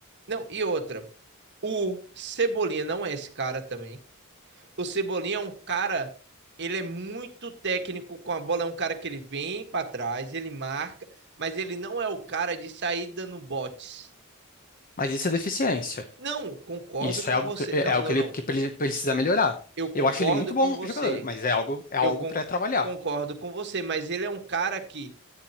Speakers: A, on the right; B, on the left.
A: Não, e outra, o Cebolinha não é esse cara também. O Cebolinha é um cara, ele é muito técnico com a bola, é um cara que ele vem pra trás, ele marca, mas ele não é o cara de sair dando botes.
B: Mas isso é deficiência.
A: Não, concordo
B: Isso
A: com
B: é algo
A: você.
B: que, é
A: Não,
B: é algo
A: não,
B: que ele
A: não.
B: que ele precisa melhorar.
A: Eu concordo
B: Eu acho ele muito bom
A: com você.
B: jogador, mas é algo, é algo
A: Eu con-
B: para trabalhar.
A: concordo com você, mas ele é um cara que,